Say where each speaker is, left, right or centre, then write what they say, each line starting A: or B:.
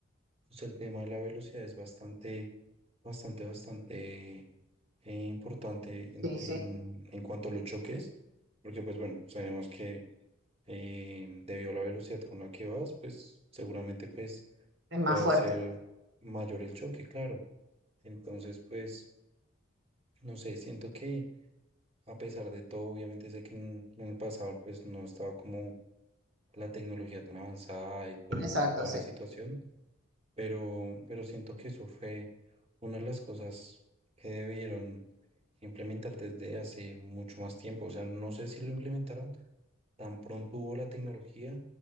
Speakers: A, on the right; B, on the right.
A: o sea, el tema de la velocidad es bastante, bastante, bastante eh, importante en,
B: Sí,
A: en
B: sí,
A: en cuanto a los choques, porque pues bueno, sabemos que eh, debido a la velocidad con la que vas, pues seguramente pues
B: es más
A: puede
B: fuerte.
A: ser mayor el choque, claro. Entonces, pues, no sé, siento que a pesar de todo, obviamente sé que en, en el pasado pues no estaba como la tecnología tan avanzada y todo,
B: Exacto,
A: toda
B: sí.
A: la situación, pero, pero siento que eso fue una de las cosas que debieron implementar desde hace mucho más tiempo. O sea, no sé si lo implementaron, tan pronto hubo la tecnología